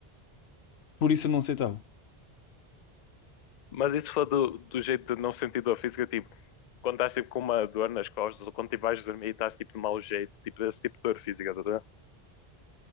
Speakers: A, on the left (about 85°); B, on the left (about 55°).
A: Por isso eu não aceitava.
B: Mas isso foi do, do jeito de não sentir dor física, tipo, quando estás tipo, com uma dor nas costas, ou quando tipo, vais dormir e estás tipo de mau jeito, tipo, esse tipo de dor física, tá, a